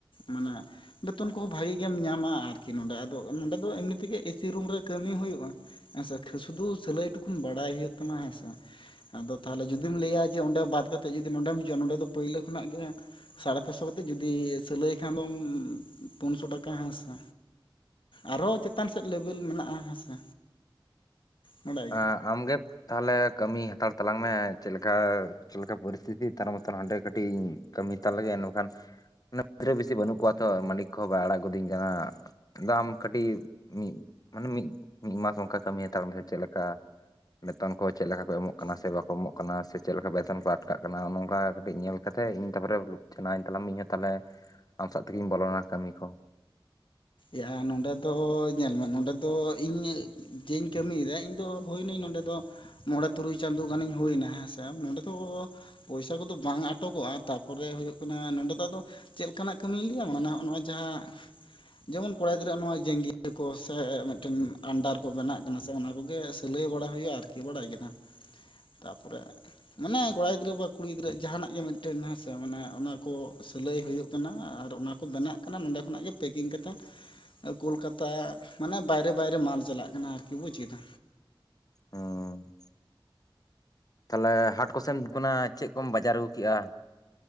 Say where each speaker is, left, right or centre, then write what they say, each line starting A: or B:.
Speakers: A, on the left; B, on the left.
A: ᱢᱟᱱᱮ ᱵᱮᱛᱚᱱ ᱠᱚᱦᱚᱸ ᱵᱷᱟᱜᱮ ᱜᱮᱢ ᱧᱟᱢᱟ ᱟᱨᱠᱤ ᱱᱚᱰᱮ ᱟᱫᱚ ᱱᱚᱰᱮ ᱫᱚ ᱮᱢᱱᱤ ᱛᱮᱜᱮ ᱮᱥᱤ ᱨᱩᱢ ᱨᱮ ᱠᱟᱹᱢᱤ ᱦᱩᱭᱩᱜᱼᱟ᱾ ᱦᱮᱸᱥᱮ ᱠᱦᱟ ᱥᱫᱩ ᱥᱤᱞᱟᱹᱭ ᱴᱩᱠᱩᱱ ᱵᱟᱲᱟᱭ ᱦᱩᱭᱩᱜ ᱛᱟᱢᱟ ᱦᱮᱸᱥᱮ ᱵᱟᱝ᱾ ᱟᱫᱚ ᱛᱟᱦᱚᱞᱮ ᱡᱩᱫᱤ ᱡᱩᱫᱤᱢ ᱞᱟᱹᱭᱟ ᱡᱮ ᱚᱸᱰᱮ ᱵᱟᱫ ᱠᱟᱛᱮᱫ ᱡᱩᱫᱤ ᱱᱚᱰᱮᱢ ᱦᱤᱡᱩᱜᱼᱟ ᱱᱚᱸᱰᱮ ᱫᱚ ᱯᱳᱭᱞᱳ ᱠᱷᱚᱱᱟᱜ ᱜᱮ ᱥᱟᱲᱮ ᱯᱮᱥᱚ ᱠᱟᱛᱮᱫ᱾ ᱡᱩᱫᱤ ᱥᱤᱟᱹᱞᱟᱹᱭ ᱠᱷᱟᱱ ᱫᱚᱢ ᱯᱩᱱᱥᱚ ᱴᱟᱠᱟ ᱦᱮᱸ ᱥᱮ᱾ ᱟᱨᱦᱚᱸ ᱪᱮᱛᱟᱱ ᱥᱮᱫ ᱞᱮᱵᱮᱞ ᱢᱮᱱᱟᱜᱼᱟ ᱦᱮᱸᱥᱮ᱾ ᱵᱟᱰᱟᱭ ᱜᱮ
B: ᱟ ᱟᱢ ᱜᱮ ᱛᱟᱦᱚᱞᱮ ᱠᱟᱹᱢᱤ ᱦᱟᱛᱟᱲ ᱛᱟᱞᱟᱝ ᱢᱮ ᱪᱮᱫ ᱞᱮᱠᱟ ᱪᱮᱫ ᱞᱮᱠᱟ ᱯᱚᱨᱤᱥᱛᱷᱤᱛᱤ ᱛᱟᱨ ᱢᱚᱛᱚᱱ ᱦᱟᱸᱰᱮ ᱠᱟᱹᱴᱤᱧ ᱠᱟᱹᱢᱤ ᱦᱟᱛᱟᱲ ᱞᱮᱜᱮ ᱢᱮᱱᱢᱮᱠᱷᱟᱱ ᱱᱮ ᱜᱤᱫᱽᱨᱟᱹ ᱵᱮᱥᱤ ᱵᱟᱹᱱᱩᱜ ᱠᱚᱣᱟ ᱛᱚ ᱢᱟᱹᱞᱤᱠ ᱠᱚᱦᱚᱸ ᱵᱟᱭ ᱟᱲᱟᱜ ᱜᱩᱚᱫᱤᱧ ᱠᱟᱱᱟ᱾ ᱟᱫᱚ ᱟᱢ ᱠᱟᱹᱴᱤᱡ ᱢᱤᱫ ᱢᱟᱱᱮ ᱢᱤᱫ ᱢᱤᱫ ᱢᱟᱥ ᱚᱱᱠᱟ ᱠᱟᱹᱢᱤ ᱦᱟᱛᱟᱲ ᱢᱮᱥᱮ᱾ ᱪᱮᱫ ᱞᱮᱠᱟ ᱵᱮᱛᱚᱱ ᱠᱚ ᱪᱮᱫ ᱞᱮᱠᱟ ᱠᱚ ᱮᱢᱚᱜ ᱠᱟᱱᱟ ᱥᱮ ᱵᱟᱠᱚ ᱮᱢᱚᱜ ᱠᱟᱱᱟ ᱥᱮ ᱪᱮᱫ ᱞᱮᱠᱟ ᱵᱮᱛᱚᱱ ᱠᱚ ᱟᱴᱠᱟᱜ ᱠᱟᱱᱟ ᱱᱚᱚᱝᱠᱟ ᱠᱟᱹᱴᱤᱡ ᱧᱮᱞ ᱠᱟᱛᱮ ᱤᱧ ᱛᱟᱨᱰᱚᱨᱮ ᱪᱟᱱᱟᱣᱟᱹᱧ ᱛᱟᱞᱟᱝ ᱢᱮ᱾ ᱤᱧ ᱦᱚᱸ ᱛᱟᱦᱚᱞᱮ ᱟᱢ ᱥᱟᱜ ᱛᱮᱜᱮᱧ ᱵᱚᱞᱚᱱᱟ ᱠᱟᱹᱢᱤ ᱠᱚ᱾
A: ᱮ ᱟ ᱱᱚᱸᱰᱮ ᱫᱚ ᱧᱮᱞ ᱢᱮ ᱱᱚᱸᱰᱮ ᱫᱚ ᱤᱧ ᱡᱮᱧ ᱠᱟᱹᱢᱤᱭᱮᱫᱟ ᱤᱧ ᱫᱚ ᱦᱩᱭᱱᱟᱹᱧ ᱱᱚᱸᱰᱮ ᱫᱚ ᱢᱚᱸᱬᱮ ᱛᱩᱨᱩᱭ ᱪᱟᱸᱫᱳ ᱜᱟᱱᱤᱧ ᱦᱩᱭᱱᱟ ᱦᱮᱸᱥ᱾ ᱱᱚᱸᱰᱮ ᱫᱚ ᱯᱚᱭᱥᱟ ᱠᱚᱫᱚ ᱵᱟᱝ ᱟᱴᱚᱠᱚᱜᱼᱟ ᱛᱟᱨᱯᱚᱨᱮ ᱦᱩᱭᱩᱜ ᱠᱟᱱᱟ ᱱᱚᱸᱰᱮ ᱫᱚ ᱟᱫᱚ ᱪᱮᱫ ᱞᱮᱠᱟᱱᱟᱜ ᱠᱟᱹᱢᱤᱧ ᱞᱟᱹᱭᱟᱢ ᱠᱟᱱᱟ ᱱᱚᱜᱼᱚᱭ ᱡᱟᱦᱟᱸ ᱡᱮᱢᱚᱱ ᱠᱚᱲᱟ ᱜᱤᱫᱽᱨᱟᱹᱣᱟᱜ ᱱᱚᱣᱟ ᱡᱮᱝᱜᱤᱭᱟ ᱠᱚ ᱥᱮ ᱢᱤᱫᱴᱮᱱ ᱟᱱᱰᱟᱨ ᱠᱚ ᱵᱮᱱᱟᱜ ᱠᱟᱱᱟ ᱥᱮ ᱚᱱᱟ ᱠᱚᱜᱮ ᱥᱤᱞᱟᱹᱭ ᱵᱟᱲᱟ ᱦᱩᱭᱩᱜᱼᱟ ᱟᱨᱠᱤ᱾ ᱠᱮ ᱵᱟᱲᱟᱭ ᱠᱮᱫᱟ ᱛᱟᱯᱚᱨᱮ ᱢᱟᱱᱮ ᱠᱚᱲᱟ ᱜᱤᱫᱽᱨᱟᱹ ᱵᱟ ᱠᱩᱲᱤ ᱜᱤᱫᱽᱨᱟᱹ ᱡᱟᱦᱟᱱᱟᱜ ᱜᱮ ᱢᱤᱫᱴᱮᱱ ᱦᱮᱸᱥᱮ ᱢᱟᱱᱮ ᱚᱱᱟ ᱠᱚ ᱥᱤᱞᱟᱹᱭ ᱦᱩᱭᱩᱜ ᱠᱟᱱᱟ ᱟᱨ ᱚᱱᱟ ᱠᱚ ᱵᱮᱱᱟᱜ ᱠᱟᱱᱟ ᱱᱚᱰᱮ ᱠᱷᱚᱱᱟᱜ ᱜᱮ ᱯᱮᱠᱤᱝ ᱠᱟᱛᱮ᱾ ᱠᱳᱞᱠᱟᱛᱟ ᱢᱟᱱᱮ ᱵᱟᱭᱨᱮ ᱵᱟᱭᱨᱮ ᱢᱟᱞ ᱪᱟᱞᱟᱜ ᱠᱟᱱᱟ ᱟᱨᱠᱤ ᱵᱩᱡᱽ ᱠᱮᱫᱟ᱾
B: ᱦᱚᱸᱻ᱾ ᱛᱟᱦᱚᱞᱮ ᱦᱟᱴ ᱠᱚᱥᱮᱱ ᱠᱷᱚᱱᱟᱜ ᱪᱮᱫ ᱠᱚᱢ ᱵᱟᱡᱟᱨ ᱟᱹᱜᱩ ᱠᱮᱜᱼᱟ?